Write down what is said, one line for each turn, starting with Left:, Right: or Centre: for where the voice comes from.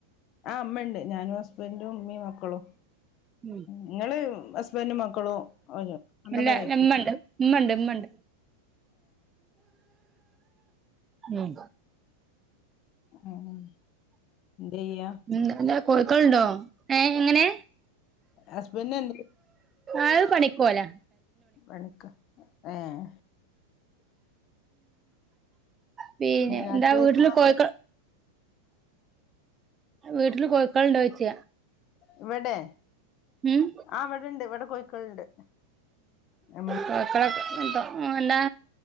Left: ആഹ് അമ്മയുണ്ട് ഞാനും ഹസ്ബൻറും ഉമ്മിയും മക്കളും
Right: ഉം
Left: നിങ്ങള് ഹസ്ബൻഡും മക്കളും അന്തമാരയിക്കൂ
Right: ഇല്ല ഇമ്മണ്ട്
Left: <unintelligible>
Right: ഇമ്മണ്ട് ഇമ്മണ്ട് ഉം
Left: ഉം എന്ത് ചെയ്യ
Right: ഉം അല്ല കോഴിക്കോളണ്ടോ ഏഹ് എങ്ങനെ
Left: ഹസ്ബൻഡിന് എന്താ
Right: അത് പണിക്കോല
Left: പണിക്കോ ഏഹ്
Right: പിന്നെ
Left: രാത്രിയൊക്കെ
Right: എന്താ വീട്ടില് കോഴിക്കോ വീട്ടില് കോഴിക്കള് ഇണ്ടോന്ന് ചോദിച്ച
Left: ഇവിടെ
Right: ഉം
Left: ആഹ് ഇവിടെണ്ട് ഇവിടെ കോഴിക്കളുണ്ട് ഇമ്മണ്ട്
Right: കോഴിക്കളോഎഹ് എന്താ